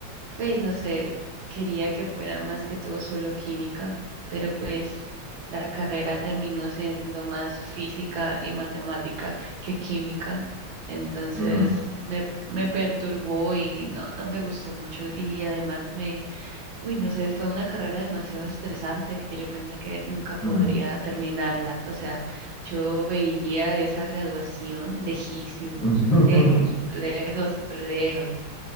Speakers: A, on the right (about 75°); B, on the left (about 35°).
A: Pues no sé, quería que fuera más que todo solo química, pero pues la carrera terminó siendo más física y matemática que química, entonces
B: mm,
A: me, me perturbó y no, no me gustó mucho y además me, uy, no sé, fue una carrera demasiado estresante que yo pensé que nunca podría
B: mm.
A: terminarla, o sea, yo veía esa graduación lejísimos,
B: <laughs>
A: lejos, lejos, lejos.